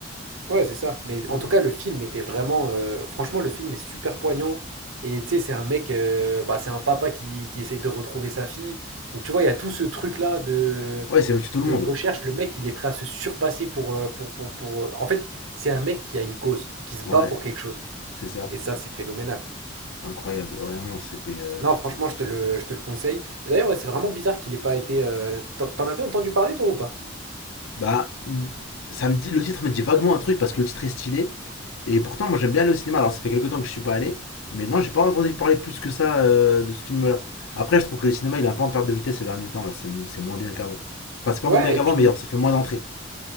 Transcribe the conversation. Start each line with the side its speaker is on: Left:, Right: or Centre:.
Right: Ouais, c'est ça. Mais
Left: Ouais,
Right: en tout cas, le film était vraiment. euh, franchement, le film est super poignant. Et tu sais, c'est un mec. euh, bah, c'est un papa qui, qui essaye de retrouver sa fille. Donc, tu vois, il y a tout ce truc-là de,
Left: Ouais, c'est au-dessus de tout
Right: de
Left: le monde.
Right: recherche. Le mec, il est prêt à se surpasser pour, euh, pour, pour, pour- euh, En fait, c'est un mec qui a une cause, qui se
Left: Ouais,
Right: bat pour quelque chose.
Left: c'est ça.
Right: Et ça, c'est phénoménal.
Left: Incroyable. Ouais, non, non, c'était. euh,
Right: Non, franchement, je te le, je te le conseille. Mais D'ailleurs, ouais, c'est vraiment bizarre qu'il ait pas été. euh, T'en t'en avais entendu parler, toi, ou pas?
Left: Bah, ça me dit, le titre me dit vaguement un truc parce que le titre est stylé. Et pourtant, moi j'aime bien aller au cinéma. Alors ça fait quelques temps que je suis pas allé, mais non, j'ai pas entendu parler plus que ça euh, de ce film-là. Après, je trouve que le cinéma il est un peu en perte de vitesse ces derniers temps là. C'est c'est moins bien qu'avant. Enfin, c'est pas
Right: Ouais,
Left: moins bien qu'avant,
Right: et puis
Left: mais alors, ça fait moins d'entrées.